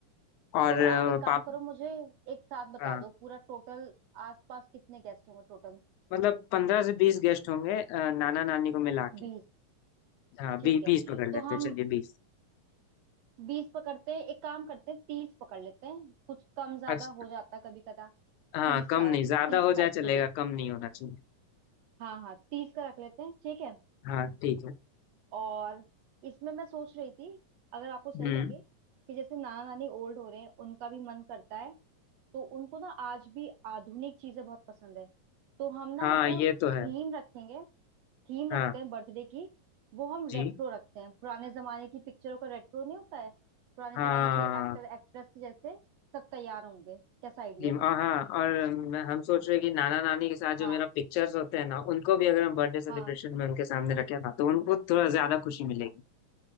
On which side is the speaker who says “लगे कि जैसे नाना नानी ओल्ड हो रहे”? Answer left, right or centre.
Right